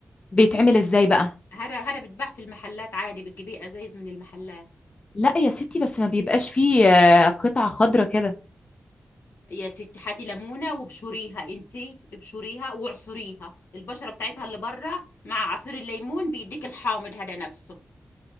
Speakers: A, on the left; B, on the left.
A: بيتعمل ازاي بقى
B: هذا هذا بيتباع في المحلات عادي بتجيبيه ازايز من المحلات
A: لا يا ستي بس ما بيبقاش فيه آه، قطع خضره كده
B: يا ستي هاتي ليمونه وابشريها انتي ابشريها واعصريها البشره بتاعتها اللي بره مع عصير الليمون بيديك الحامض هذا نفسه